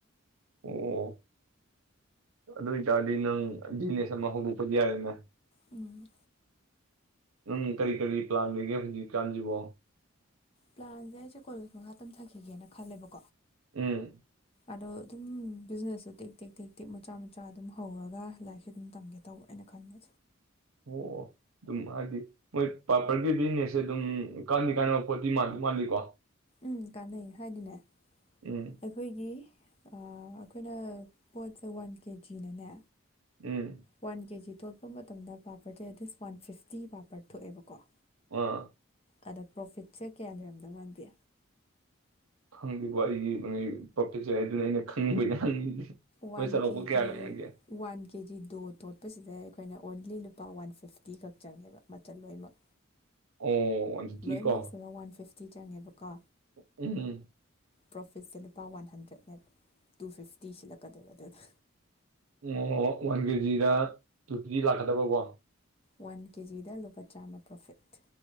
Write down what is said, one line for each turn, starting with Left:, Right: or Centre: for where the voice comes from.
Right: ꯑꯣ ꯑꯗꯨ ꯑꯣꯏꯇꯥꯔꯗꯤ ꯅꯪ ꯕꯤꯖꯤꯅꯦꯁ ꯑꯃ ꯍꯧꯗꯣꯛꯄꯗꯤ ꯌꯥꯔꯦꯅꯦ
Left: ꯎꯝ
Right: ꯎꯝ ꯀꯔꯤ ꯀꯔꯤ ꯄ꯭ꯂꯥꯟ ꯂꯩꯒꯦ ꯍꯧꯖꯤꯛ ꯀꯥꯟꯁꯤꯕꯣ
Left: ꯄ꯭ꯂꯥꯟꯁꯦ ꯑꯩꯁꯦ ꯀꯣꯂꯦꯖ ꯃꯈꯥ ꯇꯝꯊꯈꯤꯒꯦꯅ ꯈꯜꯂꯦꯕꯣ
Right: ꯎꯝ
Left: ꯑꯗꯣ ꯑꯗꯨꯝ ꯕꯤꯖꯤꯅꯦꯁꯇꯣ ꯇꯦꯛ ꯇꯦꯛ ꯇꯦꯛ ꯇꯦꯛ ꯃꯆꯥ ꯃꯆꯥ ꯑꯗꯨꯝ ꯍꯧꯔꯒ ꯂꯥꯏꯔꯤꯛꯁꯨ ꯑꯗꯨꯝ ꯇꯝꯒꯦ ꯇꯧꯕ ꯑꯩꯅ ꯈꯟꯝꯗꯨ
Right: ꯑꯣ ꯑꯗꯨꯝ ꯍꯥꯏꯗꯤ ꯃꯣꯏ ꯄꯥꯄꯔꯒꯤ ꯕꯤꯖꯤꯅꯦꯁꯁꯦ ꯑꯗꯨꯝ ꯀꯥꯟꯒꯤ ꯀꯥꯟꯅꯕ ꯄꯣꯠꯇꯤ ꯃꯥꯜꯂꯤ ꯃꯥꯜꯂꯤꯀꯣ
Left: ꯎꯝ ꯀꯥꯟꯅꯩ ꯍꯥꯏꯗꯤꯅꯦ
Right: ꯎꯝ
Left: ꯑꯩꯈꯣꯏꯒꯤ ꯑꯩꯈꯣꯏꯅ ꯄꯣꯠꯁꯦ ꯋꯥꯟ ꯀꯦꯖꯤꯅꯅꯦ
Right: ꯎꯝ
Left: ꯋꯥꯟ ꯀꯦꯖꯤ ꯇꯣꯠꯄ ꯃꯇꯝꯗ ꯄꯥꯄꯔꯁꯦ ꯑꯦꯠꯂꯤꯁ ꯋꯥꯟ ꯐꯤꯐꯇꯤ ꯄꯥꯄꯔ ꯊꯣꯛꯑꯦꯕꯀꯣ
Right: ꯑꯥ
Left: ꯑꯗ ꯄ꯭ꯔꯣꯐꯤꯠꯁꯦ ꯀꯌꯥ ꯂꯩꯔꯝꯗꯣ ꯃꯥꯟꯒꯦ
Right: ꯈꯪꯗꯦꯕꯣ ꯑꯩꯁꯦ ꯄ꯭ꯔꯣꯐꯤꯠꯆꯦ ꯑꯗꯨꯅ ꯑꯩꯅ ꯈꯪꯅꯤꯡꯕꯩ ꯍꯪꯉꯤꯁꯦ
Left: ꯋꯥꯟ
Right: ꯃꯣꯏ ꯆꯥꯎꯔꯥꯛꯄ
Left: ꯀꯦꯖꯤ
Right: ꯀꯌꯥ ꯂꯩꯅꯒꯦ
Left: ꯋꯥꯟ ꯀꯦꯖꯤ ꯗꯣ ꯇꯣꯠꯄꯁꯤꯗ ꯑꯩꯈꯣꯏꯅ ꯑꯣꯟꯂꯤ ꯂꯨꯄꯥ ꯋꯥꯟ ꯐꯤꯐꯇꯤ ꯈꯛ ꯆꯪꯉꯦꯕ ꯃꯆꯜ ꯂꯣꯏꯅꯃꯛ
Right: ꯑꯣ ꯋꯥꯟ ꯐꯤꯐꯇꯤ
Left: ꯂꯣꯏꯅꯃꯛꯁꯤꯗ
Right: ꯀꯣ
Left: ꯋꯥꯟ ꯐꯤꯐꯇꯤ ꯆꯪꯉꯦꯕꯀꯣ
Right: ꯎꯝ
Left: ꯄ꯭ꯔꯣꯐꯤꯠꯁꯦ ꯂꯨꯄꯥ ꯋꯥꯟ ꯍꯟꯗ꯭ꯔꯦꯠꯅꯦꯕ ꯇꯨ ꯐꯤꯐꯇꯤ ꯁꯤꯜꯂꯛꯀꯗꯣꯏꯕ ꯑꯗꯨꯗ
Right: ꯑꯣ ꯋꯥꯟ ꯀꯦꯖꯤꯗ ꯇꯨ ꯐꯤꯐꯇꯤ ꯂꯥꯛꯀꯗꯕꯀꯣ
Left: ꯋꯥꯟ ꯀꯦꯖꯤꯗ ꯂꯨꯄꯥ ꯆꯥꯝꯃ ꯄ꯭ꯔꯣꯐꯤꯠ